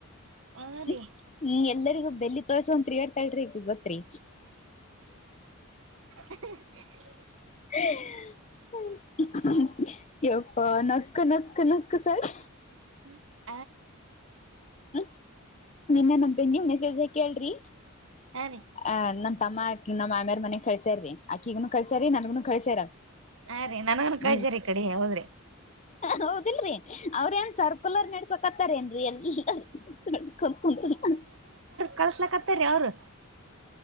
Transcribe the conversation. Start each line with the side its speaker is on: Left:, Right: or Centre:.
Right: ಆ
Left: ಹ್ಮು
Right: ರೀ
Left: ಎಲ್ಲರಿಗೂ ಬೆಲ್ಲಿ ತೋರ್ಸಕ್ಕೊಂತ ತಿರ್ಗಯಾಡ್ತಾಡ್ರಿ <unintelligible> ತ್ರಿ
Right: <unintelligible>
Left: <unintelligible> ಯಪ್ಪ ನಕ್ಕ ನಕ್ಕ ನಕ್ಕ ಸರಿ
Right: <inaudible>
Left: ಹ್ಮ್ ನೆನ್ನೆ ನನ್ ತೆಂಗಿ ಒಂದ್ ಮೆಸೇಜ್ ಹಾಕಿಯಳ್ ರಿ
Right: ಆ ರೀ
Left: ಆ ನನ್ ತಮ್ಮ ನಮ್ಮ್ ಮಾಮ್ಯಾರ್ ಮನೆಗ್ ಕಳ್ಸ್ಯಾರಿ ಆಕಿಗುನು ಕಳ್ಸ್ಯಾರಿ ನಂಗುನು ಕಳ್ಸ್ಯಾರ
Right: ಆ ರೀ ನನಗನು ಕಳ್ಸ್ಯಾರ
Left: ಹ್ಮ್
Right: ಈ ಕಡೆ ಹೌದ್ರಿ
Left: ಹೌದಿಲ್ ರಿ ಅವ್ರೇನ್ ಸರ್ಪ ಮಕ್ಕಲರ್ ನೆಡ್ಸಕ್ ಹತ್ತಾರ ಏನ್ರಿ ಎಲ್ಲಾರ <unintelligible>
Right: ಕಳ್ಸ್ಲಕ್ ಹತ್ತರಿ ಅವ್ರು